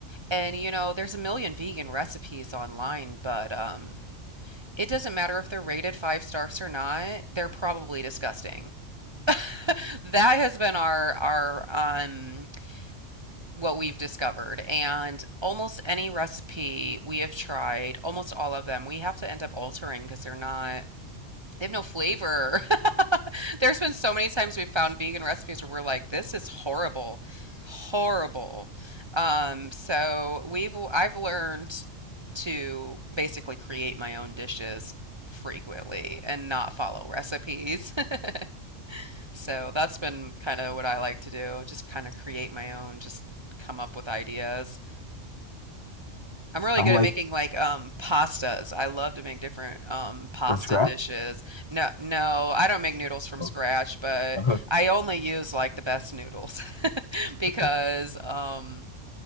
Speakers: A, on the right; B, on the left.
A: And, you know, there's a million vegan recipes online, but um, it doesn't matter if they're rated five stars or not, they're probably disgusting. <laughs> That has been our our um what we've discovered. And almost any recipe we have tried, almost all of them, we have to end up altering because they're not, they have no flavor. <laughs> There's been so many times we've found vegan recipes where we're like, this is horrible, horrible. Um, so we've, I've learned to basically create my own dishes frequently and not follow recipes. <laughs> So that's been kind of what I like to do, just kind of create my own, just come up with ideas. I'm really
B: I'm
A: good
B: like
A: at making like um pastas. I love to make different um pasta
B: from scratch.
A: dishes. No, no, I don't make noodles from
B: so-
A: scratch, but
B: uh,
A: I only use like the best noodles <laughs> because
B: <laughs>
A: um